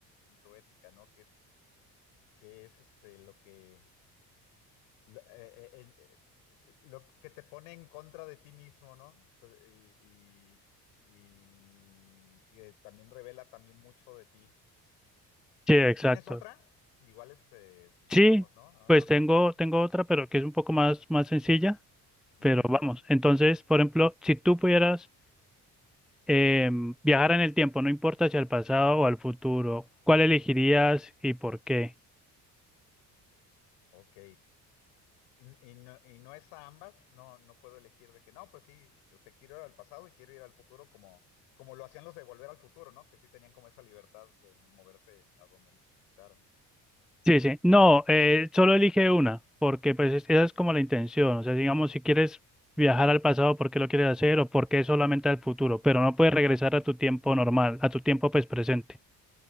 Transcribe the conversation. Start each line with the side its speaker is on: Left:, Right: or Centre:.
Left: en tu ética, ¿no? qué qué es este lo que lo, eh, eh, eh, lo que te pone en contra de ti mismo, ¿no? Y, y- y que también revela también mucho de ti.
Centre: <laughs> sí, exacto.
Left: ¿Tienes otra? Igual este, pues
Centre: Sí,
Left: le damos, ¿no? Ah,
Centre: pues
Left: Ajá.
Centre: tengo, tengo otra, pero que es un poco más, más sencilla,
Left: Ujú.
Centre: pero vamos. Entonces, por ejemplo, si tú pudieras em, viajar en el tiempo, no importa si al pasado o al futuro, ¿cuál elegirías y por qué?
Left: Ok. Y, y no, y no es a ambas, no, no puedo elegir de que no, pues sí, yo sé, quiero ir al pasado y quiero ir al futuro como, como lo hacían los de Volver al Futuro, ¿no? Que sí tenían como esa libertad de moverse a donde necesitaran.
Centre: Sí, sí. No, eh, solo elige una, porque pues es- esa es como la intención. O sea, digamos, si quieres viajar al pasado, ¿por qué lo quieres hacer o por qué solamente al futuro? Pero no puedes regresar a tu tiempo normal, a tu tiempo pues presente.